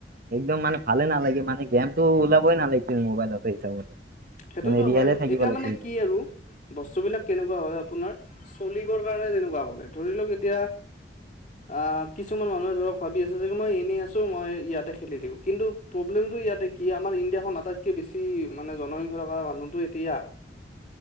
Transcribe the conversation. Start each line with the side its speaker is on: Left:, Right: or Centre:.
Right: একদম মানে ভালে নালাগে মানে গেমতটো ওলাবই নালাগছিল মোবাইলতে হিচাপতে-
Left: সেইটোতো
Right: মানে ৰিয়েলে
Left: হয়
Right: থাকিব
Left: এতিয়া
Right: লাগিছিল
Left: মানে কি আৰু বস্তুবিলাক আৰু কেনেকুৱা হয় আপোনাৰ চলিবৰ কাৰণে তেনেকুৱা বলে ধৰি লওক এতিয়া অঁ কিছুমান মানুহে ধৰক ভাবি আছে যে মই এনেই আছো মই ইয়াতে খেলি দিওঁ কিন্তু প্ৰব্লেমটো ইয়াতে কি আমাৰ ইণ্ডিয়াখন আটাইতকে বেছি মানে জনসংখ্যা কা মানুহতো এতিয়া